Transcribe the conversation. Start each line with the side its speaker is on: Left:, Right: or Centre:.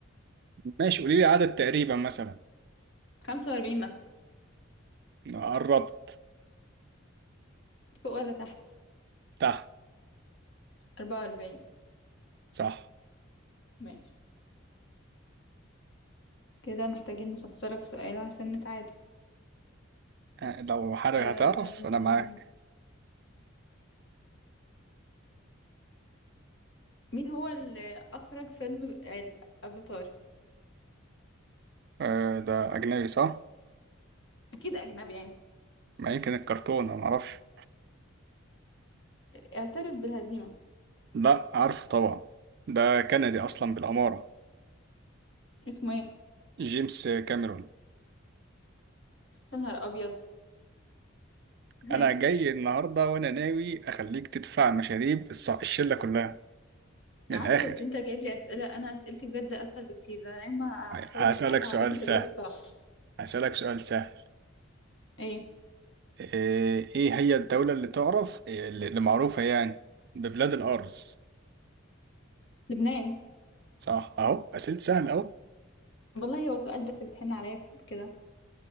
Right: ماشي قولي لي عدد تقريبا مثلا
Left: 45 مثلا
Right: قربت
Left: فوق ولا تحت
Right: تحت
Left: 44
Right: صح
Left: ماشي كده محتاجين نفسرك سؤال عشان نتعادل
Right: آه، لو حضرتك
Left: أم...
Right: هتعرف انا معاك
Left: مين هو اللي أخرج فيلم الأفاتار
Right: آه، ده اجنبي صح
Left: أكيد أجنبي يعني
Right: ما يمكن الكرتون انا معرفش
Left: اعترف بالهزيمة
Right: لا عارفه طبعا ده كندي اصلا بالاماره
Left: اسمه ايه
Right: جيمس كاميرون
Left: يا نهار أبيض <laughs> ماشي
Right: انا جاي النهارده وانا ناوي اخليك تدفع مشاريب الص- الشله كلها من
Left: يا عم
Right: الاخر
Left: بس انت جايب لي أسئلة أنا أسئلتي بجد أسهل بكتير ده أنا يوم ما
Right: هسألك
Left: حاولت أصعبها
Right: سؤال
Left: عليك انت
Right: سهل
Left: جاوبت صح
Right: هسألك سؤال سهل
Left: ايه
Right: ايه إيه هي الدولة اللي تعرف إيه، اللي اللي معروفة يعني ببلاد الأرز
Left: لبنان
Right: صح اهو أسئلة سهلة اهو
Left: والله هو سؤال بس بتحن عليا كده